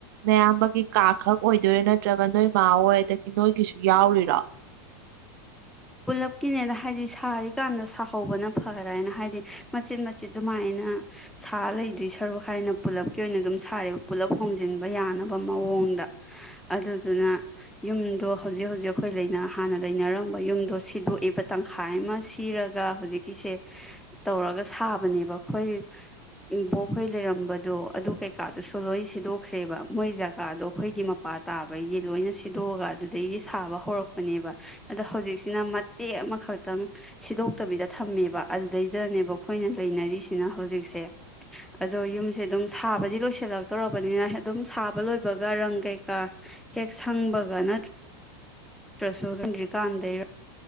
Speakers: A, on the right (about 60°); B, in the centre.
A: ꯑꯌꯥꯝꯕꯒꯤ ꯀꯥ ꯈꯛ ꯑꯣꯏꯗꯣꯏꯔꯥ ꯅꯠꯇ꯭ꯔꯒ ꯅꯣꯏ ꯃꯥꯥꯑꯣ ꯑꯣꯏ ꯑꯗꯒꯤ ꯅꯣꯏꯒꯤꯁꯨ ꯌꯥꯎꯔꯤꯔꯣ
B: ꯄꯨꯜꯂꯞꯀꯤꯅꯦꯗ ꯍꯥꯏꯗꯤ ꯁꯥꯔꯤꯀꯥꯟꯗ ꯁꯥꯍꯧꯕꯅ ꯐꯔ ꯍꯥꯏꯅ ꯍꯥꯏꯗꯤ ꯃꯆꯤꯠ ꯃꯆꯤꯠ ꯑꯗꯨꯃꯥꯏꯅ ꯁꯥ ꯂꯩꯗꯣꯏ ꯁꯔꯨꯛ ꯍꯥꯏꯅ ꯄꯨꯜꯂꯞꯀꯤ ꯑꯣꯏꯅ ꯑꯗꯨꯝ ꯁꯥꯔꯦꯕ ꯄꯨꯂꯞ ꯍꯣꯡꯖꯤꯟꯕ ꯌꯥꯅꯕ ꯃꯑꯣꯡꯗ ꯑꯗꯨꯗꯨꯅ ꯌꯨꯝꯗꯣ ꯍꯧꯖꯤꯛ ꯍꯧꯖꯤꯛ ꯑꯩꯈꯣꯏ ꯍꯥꯟꯅ ꯂꯩꯅꯔꯝꯕ ꯌꯨꯝ ꯑꯗꯣ ꯁꯤꯗꯣꯛꯏꯦꯕ ꯇꯪꯈꯥꯏ ꯑꯃ ꯁꯤꯔꯒ ꯍꯧꯖꯤꯛꯀꯤꯁꯦ ꯇꯧꯔꯒ ꯁꯥꯕꯅꯦꯕ ꯑꯩꯈꯣꯏꯕꯣꯛꯈꯣꯏ ꯂꯩꯔꯝꯕꯗꯣ ꯑꯗꯨ ꯀꯩꯀꯥꯗꯨꯁꯨ ꯂꯣꯏꯅ ꯁꯤꯗꯣꯛꯈ꯭ꯔꯦꯕ ꯃꯣꯏ ꯖꯒꯥꯗꯣ ꯑꯩꯈꯣꯏꯒꯤ ꯃꯄꯥ ꯇꯥꯕꯒꯤ ꯂꯣꯏꯅ ꯁꯤꯗꯣꯛꯑꯒ ꯑꯗꯨꯗꯒꯤ ꯁꯥꯕ ꯍꯧꯔꯛꯄꯅꯦꯕ ꯑꯗꯣ ꯍꯧꯖꯤꯛ ꯍꯧꯖꯤꯛ ꯁꯤꯅ ꯃꯇꯦꯛ ꯑꯃꯈꯛꯇꯪ ꯁꯤꯗꯣꯛꯇꯕꯤꯗ ꯊꯝꯃꯦꯕ ꯑꯗꯨꯗꯩꯗꯅꯦꯕ ꯑꯩꯈꯣꯏꯅ ꯂꯩꯅꯔꯤꯁꯤꯅ ꯍꯧꯖꯤꯛꯁꯦ ꯑꯗꯣ ꯌꯨꯝꯁꯦ ꯑꯗꯨꯝ ꯁꯥꯕꯗꯤ ꯂꯣꯏꯁꯤꯜꯂꯛꯇꯧꯔꯕꯅꯤꯅ ꯑꯗꯨꯝ ꯁꯥꯕ ꯂꯣꯏꯕꯒ ꯔꯪ ꯀꯩꯀꯥ ꯍꯦꯛ ꯁꯪꯕꯒ ꯅꯠꯇ꯭ꯔ꯭ꯔꯁꯨ ꯑꯗꯨꯝꯗ꯭ꯔꯤꯀꯥꯟꯗ